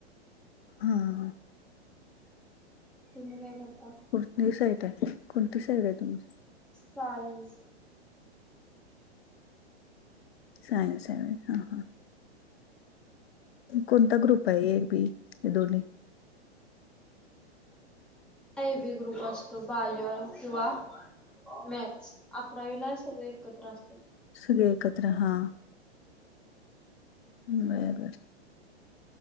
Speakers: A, on the left; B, in the centre.
A: हा हा.
B: तुम्ही काय करता?
A: कोणती साईड आहे कोणती साईड आहे तुमच?
B: सायन्स.
A: सायन्स आहे होय हा हा. कोणता ग्रुप आहे एर बी काय दोन्ही?
B: एबी ग्रुप असतो बाय किंवा मॅथ्स अकरावीला सगळं एकत्र असतं.
A: सगळे एकत्र हा. बर बर.